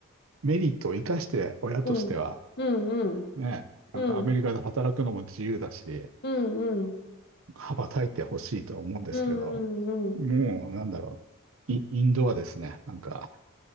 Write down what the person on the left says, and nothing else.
うん。うんうん。
うん。
うんうん。
うんうんうん。